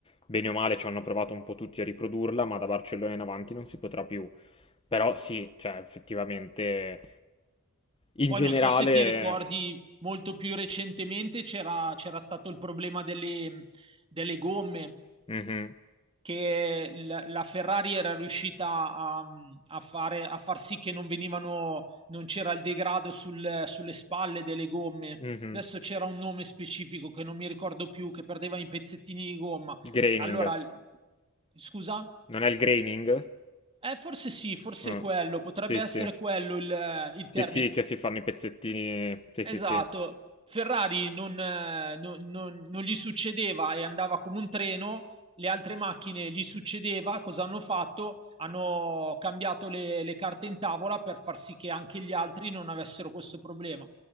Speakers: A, on the left; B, on the right.
A: bene o male, ci hanno provato un po' tutti a riprodurla, ma da Barcellona in avanti non si potrà più. Però sì, cioè effettivamente, in
B: Poi
A: generale...
B: non so se ti ricordi, molto più recentemente c'era c'era stato il problema delle, delle gomme,
A: eh, mhm,
B: che l- la Ferrari era riuscita a, a fare, a far sì che non venivano, non c'era il degrado sul- sulle spalle delle gomme.
A: mhm.
B: Adesso c'era un nome specifico che non mi ricordo più, che perdeva i pezzettini di gomma.
A: Graining.
B: Allora, l- scusa?
A: Non è il graining?
B: Eh, forse sì, forse
A: Ah,
B: è quello, potrebbe
A: Sì, sì.
B: essere quello il, il
A: Sì,
B: termine.
A: sì, che si fanno i pezzettini. Sì,
B: Esatto,
A: sì, sì.
B: Ferrari non, eh, non- non- non gli succedeva e andava come un treno, le altre macchine gli succedeva, cosa hanno fatto? Hanno cambiato le, le carte in tavola per far sì che anche gli altri non avessero questo problema.